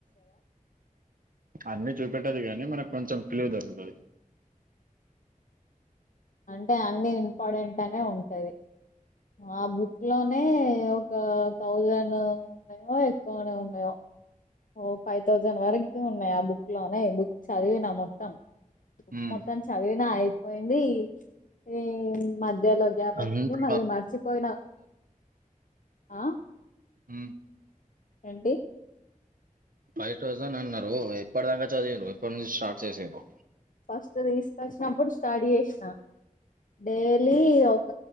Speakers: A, on the right (about 75°); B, on the left (about 65°).
A: అన్ని చూపెట్టదు కానీ మన కొంచెం క్లి దొరుకుతాది
B: అంటే అన్ని ఇంపార్టెంట్ అనే ఉంటది ఆ బుక్ లోనే ఒక థౌజండ్ ఉన్నాయో ఎక్కువనే ఉన్నాయో ఓ ఫైవ్ థౌజండ్ వరకు ఉన్నాయి ఆ బుక్ లోనే బుక్ చదివినా మొత్తం
A: హ్మ్
B: మొత్తం చదివినా అయిపోయింది ఈ మధ ఇదేలో గ్యాప్
A: అంతా
B: వచ్చింది మళ్ళీ మర్చిపోయిన ఆ
A: హ
B: ఏంటి
A: ఫైవ్ థౌసండ్ అన్నారు ఎప్పటిదాకా చదివ్రు ఇప్పటి నుంచి స్టార్ట్ చేసిరు
B: ఫస్ట్ తీసుకొచ్చినప్పుడు స్టడీ చేసినా డైలీ ఒక